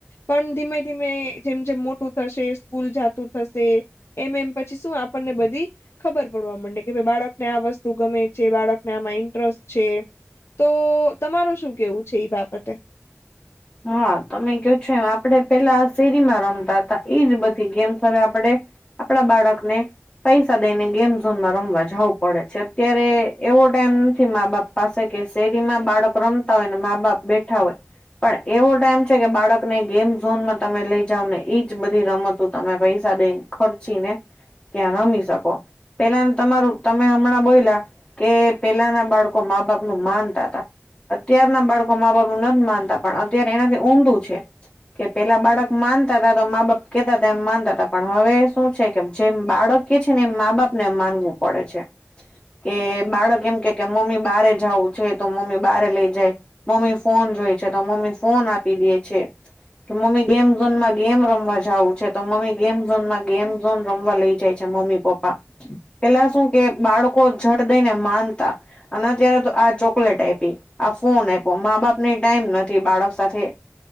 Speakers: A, on the left; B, on the left.
A: પણ ધીમે ધીમે જેમ જેમ મોટું થશે સ્કૂલ જાતું થશે એમ એમ પછી શું આપણને બધી ખબર પડવા માંડે કે ભાઈ બાળકને આ વસ્તુ ગમે છે બાળકને આમાં ઇન્ટરેસ્ટ છે. તો તમારું શું કેવું છે ઈ બાબતે?
B: હા તમે કયો છો એમ આપડે પેલા શેરીમાં રમતા હતા એજ બધી ગેમ્સ હવે આપડે આપણા બાળક ને ફીસ દઈને ગેમ ઝોનમાં રમવા જાવું પડે છે. અત્યારે એવો ટાઈમ નથી મા બાપ ને પાસે કે શેરીમાં બાળક રમતા હોય ને મા બાપ બેઠા હોય. પણ એવો ટાઈમ છે કે બાળકને ગેમ ઝોનમાં તમે લઈ જાવ ને ઈજ બધી રમતો તમે પૈસા દઈને ખર્ચી ને ત્યાં રમી શકો પેલાનુ તમારું તમે હમણાં બોયલા કે પેલાના બાળકો મા બાપ નું માનતા તા. અત્યારના બાળકો મા બાપ નુ નથી માનતા પણ અત્યારે એનાથી ઊંધું છે. કે પેલા બાળક માનતા હતા તો મા બાપ કેતા હતા એમ માનતા હતા પણ હવે શું છે કે જેમ બાળક કે છે ને મા બાપ ને માનવું પડે છે. કે બાળક એમ કે કે મમ્મી બહારે જાવું છે તો મમ્મી બહારે લઈ જાય. મમ્મી ફોન જોય છે તો મમ્મી ફોન આપી દે છે. કે મમ્મી ગેમ ઝોન માં ગેમ રમવા જવું છે તો મમ્મી ગેમ ઝોન માં ગેમ ઝોન રમવા લઇ જાય. મમ્મી પપ્પા પેલા શું કે બાળકો જળ દઈને માનતા. અને અત્યારે તો આ ચોકલેટ આપી આ ફોન આપ્યો મા બાપ ને ટાઈમ નથી. બાળક સાથે